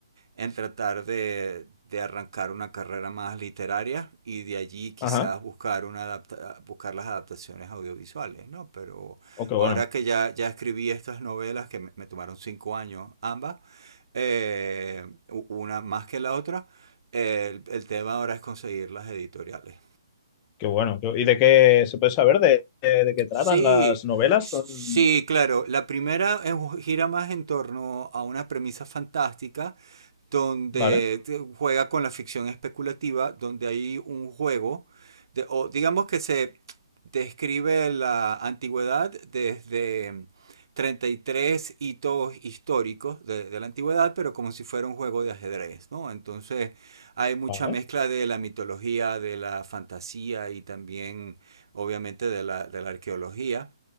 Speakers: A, on the right; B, on the left.
A: en tratar de, de arrancar una carrera más literaria y de allí quizás
B: Ajá.
A: buscar, una adapta- buscar las adaptaciones audiovisuales, ¿no? Pero
B: Oh, qué bueno.
A: ahora que ya, ya escribí estas novelas, que me, me tomaron cinco años ambas, eh, una más que la otra, eh, el, el tema ahora es conseguir las editoriales.
B: Qué bueno. Qué- ¿Y de qué se puede saber de, de- de qué tratan
A: Sí,
B: las novelas?
A: sí,
B: Son...
A: claro. La primera eh, gira más en torno a una premisa fantástica donde
B: Vale,
A: juega con la ficción especulativa, donde hay un juego, de, o digamos que se describe la antigüedad desde 33 hitos históricos de, de, la antigüedad, pero como si fuera un juego de ajedrez, ¿no? Entonces hay mucha
B: vale.
A: mezcla de la mitología, de la fantasía y también obviamente de la, de la arqueología.